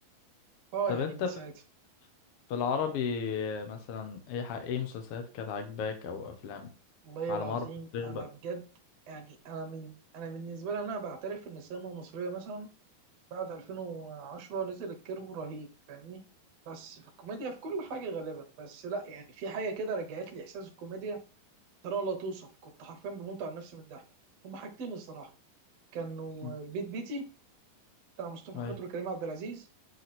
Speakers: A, on the right; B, on the left.
A: اه
B: طب
A: يعني
B: انت
A: من
B: في
A: ساعتها
B: في العربي مثلا ايه ح- ايه مسلسلات كانت عاجباك او افلام
A: والله
B: على
A: العظيم
B: مر التاريخ
A: انا
B: بقى
A: بجد يعني انا من انا بالنسبه لي انا بعترف ان السينما المصريه مثلا بعد 2010 نزل الكيرف رهيب فاهمني بس في الكوميديا في كل حاجه غالبا بس لا يعني في حاجه كده رجعت لي احساس الكوميديا طريقه لا توصف كنت حرفيا بموت على نفسي من الضحك هما حاجتين الصراحه كانوا
B: مم.
A: البيت بيتي بتاع مصطفى
B: ايوه
A: خاطر وكريم عبد العزيز